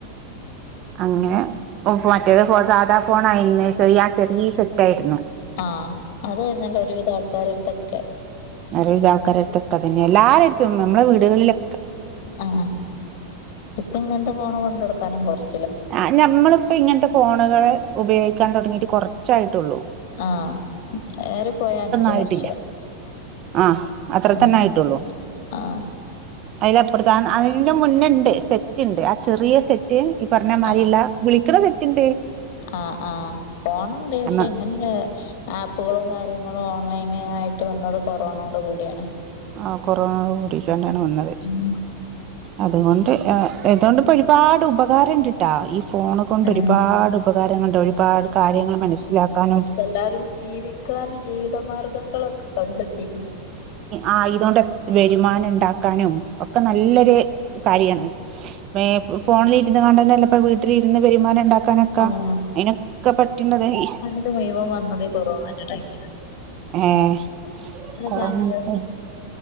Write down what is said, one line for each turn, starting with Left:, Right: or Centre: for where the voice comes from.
Right: അങ്ങനെ ഒ പ് മറ്റേ ഫോ സാധാ ഫോൺ ആയിന്ന് ചെറിയാ ആ ചെറീ സെറ്റ് ആയിര്ന്നു.
Left: ആഹ് അതെരുന്നല്ലോ ഒരുവിധ ആൾക്കാരെടുത്തൊക്കെ
Right: ഒരുവിധആൾക്കാരെട്ത്തൊക്കെ അതന്നെ എല്ലാരെടുത്തും നമ്മള വീടുകളിലെ
Left: ആഹ് ഇപ്പ ങ്ങൻത്തെ ഫോണ് കൊണ്ടെട്ക്കാനും കൊർച്ച്
Right: ആഹ് ഞമ്മളിപ്പോ ഇങ്ങൻത്തെ ഫോണുകള് ഉപയോഗിക്കാൻ തൊ ടങ്ങിട്ട് കൊർച്ചായിട്ടുള്ളൂ
Left: ആഹ് ഏറി പോയ അഞ്ച്
Right: ആയിട്ടില്ല
Left: വർഷം
Right: ആഹ് അത്ര
Left: ആഹ്
Right: തന്നെ ആയിട്ടുള്ളൂ
Left: ആഹ്
Right: അതില അപ്പർത്ത അ അയിന്റെ മുന്നെണ്ട് സെറ്റ് ഉണ്ട് ആ ചെറിയ സെറ്റ് ഈ പറഞ്ഞ മാരിള്ള
Left: ആഹ്
Right: വിളിക്കണ സെറ്റ്ണ്ട്
Left: ആഹ് ആഹ് ഫോണ് ണ്ട് പക്ഷെ
Right: നമ്മ
Left: ഇങ്ങന <unintelligible> ആപ്പുകളും കാര്യങ്ങളും ഓൺലൈന് ആയിട്ട് വന്നത് കൊറോണയോട് കൂടിയാണ്
Right: ആഹ് കൊറോണയോടു കൂടിട്ടെന്നെണ് വന്നത്
Left: ഉം
Right: അതുകൊണ്ട് എഹ് എതോണ്ട്പ്പൊ ഒരുപാട് ഉപകാരംണ്ട് ട്ടാ ഈ ഫോണ് കൊണ്ട്
Left: ഉം
Right: ഒരുപാട് ഉപകാരങ്ങളുണ്ട് ഒരുപാട് കാര്യങ്ങൾ മനസ്സിലാക്കാനും
Left: പ്പെല്ലാവരും ജീവിക്കാനും ജീവിതമാർഗങ്ങളൊക്കെ കണ്ടെത്തിക്ക്ന്ന്
Right: ആഹ് ഇതോണ്ട് ഒക് വരുമാനംണ്ടാക്കാനും ഒക്കെ നല്ലൊരു കാര്യാണ്. ഏഹ് ഫോണിൽ ഇരുന്ന് കാൺണ്ടെന്നെല്ലപ്പോ വീട്ടിലിരുന്ന് വരുമാനം ഉണ്ടാക്കാനൊക്കെ
Left: ആഹ്
Right: അയിനൊക്കെ പറ്റ്ണ്ട്തെയ്
Left: ഇത്‌ മുയ് വം വന്നത് ഈ കൊറോണന്റെ ടൈമിലാ
Right: ഏഹ് കൊറോണ
Left: ചാനല്
Right: ന്റെ
Left: വന്ന്
Right: ടൈമ്